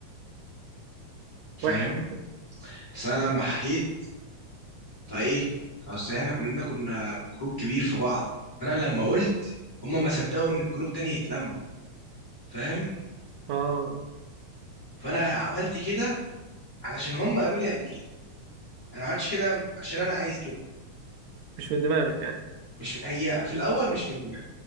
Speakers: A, on the left; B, on the right.
A: فاهم
B: وحشة
A: بس انا
B: مم.
A: لما حكيت فايه اصل احنا كلنا كنا جروب كبير في بعض فانا لما قلت هم ما صدقوا ان الجروب تاني يتلم فاهم
B: اه
A: فانا عملت كده علشان هم قالوا لي اعمل كده انا ما عملتش كده عشان انا عايز كده
B: مش من دماغك يعني
A: مش هي في الاول مش من دماغي